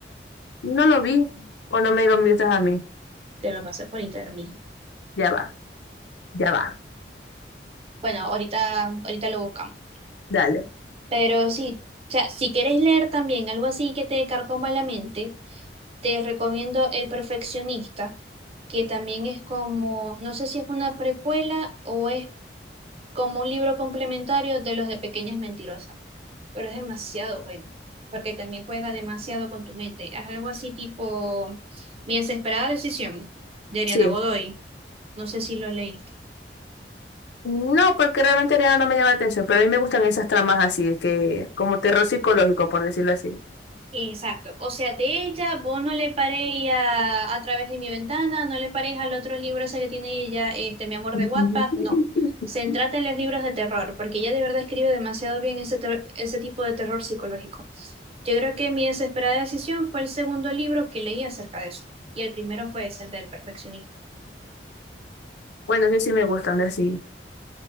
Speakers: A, on the left; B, on the right.
A: No lo vi. O no me lo miras a mí.
B: te lo pasé por Instagram.
A: Ya va, ya va.
B: Bueno, ahorita, ahorita lo buscamos.
A: Dale.
B: Pero sí, o sea, si queréis leer también algo así que te carcoma la mente, te recomiendo El Perfeccionista, que también es como, no sé si es una precuela o es como un libro complementario de los de Pequeñas Mentirosas, pero es demasiado bueno, porque también juega demasiado con tu mente. Es algo así tipo Mi desesperada decisión de Ariana
A: Sí.
B: Godoy. No sé si lo leíste.
A: No, porque realmente Ariana no me llama la atención, pero a mí me gustan esas tramas así, que como terror psicológico, por decirlo así.
B: Exacto. O sea, de ella, vos no le paréis a, a través de mi ventana, no le paréis al otro libro ese que tiene ella, este, Mi amor
A: <laughs>
B: de Wattpad, no. Centrate en los libros de terror, porque ella de verdad escribe demasiado bien ese, ter- ese tipo de terror psicológico. Yo creo que Mi desesperada decisión fue el segundo libro que leí acerca de eso, y el primero fue ese el del perfeccionista.
A: Bueno, sí, sí me gustan de así.